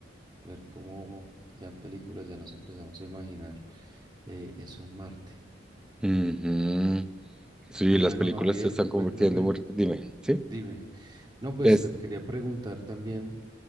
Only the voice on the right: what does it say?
ver cómo ya en películas ya nos empezamos a imaginar eh, eso en Marte.
Y
bueno,
Javier,
cuéntame,
dime. No, pues
te quería preguntar también